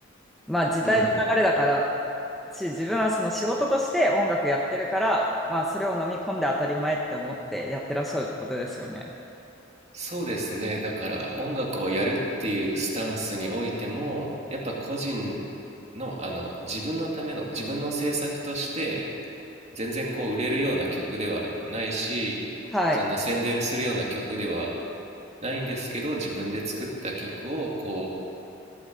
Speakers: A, in the centre; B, on the right.
A: まあ時代の流れだから
B: うん、
A: し、自分はその仕事として音楽やってるから、まあ、それを飲み込んで当たり前って思ってやってらっしゃるってことですよね。
B: そうですね。だから音楽をやるっていうスタンスにおいても、やっぱ個人の、あの、自分のための、自分の制作として、全然こう売れるような曲ではないし、
A: はい。
B: そんな宣伝するような曲ではないんですけど、自分で作った曲をこう、